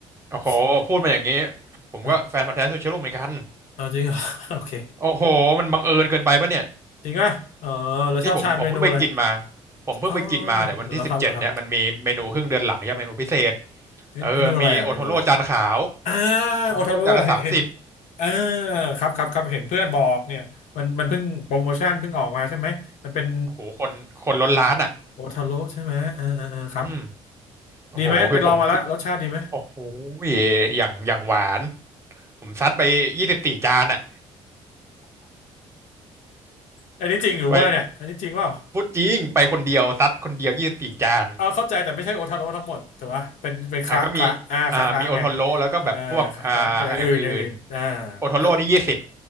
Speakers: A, on the right; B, on the left.
A: โอ้โหพูดมาอย่างนี้
B: ซู
A: ผมก็แฟนพันธุ์แท้ซูเชโร่เหมือนกัน
B: เอออ่าจริงเหรอ <laughs> โอเค
A: โอ้โหมันบังเอิญเกินไปปะเนี่ย
B: จริงอ่ะเออเราชอบทานเมนูอะไร
A: นี่ผมผมเพิ่งไปกินมาผมเพิ่งไปกินมาเนี่ยวันที่สิบเจ็ดเนี่ยมันมีเมนูครึ่งเดือนหลังใช่ไหมเมนูพิเศษ
B: อ๋อแล้วครับแล้วครับเมเมนูอะไรอ่ะเมนูอะไร
A: เออมีโอโทโร่จานขาว
B: อ่า
A: โอโทโร่จานละสามสิบ
B: โอทาโร่เห็นเห็นอ่าครับครับครับเห็นเพื่อนบอกเนี่ยมันมันเพิ่งโปรโมชั่นเพิ่งออกมาใช่ไหมมันเป็น
A: โอ้โหคนคนล้นร้านอ่ะ
B: โอทาโร่ใช่ไหมอ่าอ่าอ่าครับ
A: อืมโอ้โหคือผมกิน
B: ดีไหมไปลองมาแล้วรสชาติดีไหม
A: โอ้โหอย่างอย่างหวานผมซัดไปยี่สิบสี่จานอ่ะ
B: อันนี้จริงหรือเวอร์เนี่ยอันนี้จริงเปล่า
A: ไปพูดจริงไปคนเดียวซัดคนเดียวยี่สิบสี่จาน
B: เอาเข้าใจแต่ไม่ใช่โอทาโร่ทั้งหมดถูกป่ะเป็นเป็นคละคละอ่าคละคละไง
A: อ่ะก็มีอ่ามีโอโทโร่แล้วก็แบบพวกอ่า
B: อ่าคละคละอย่างอื่นอย่างอื่นอ่า
A: อย่างอื่นโอโทโร่นี่ยี่สิบ
B: แต่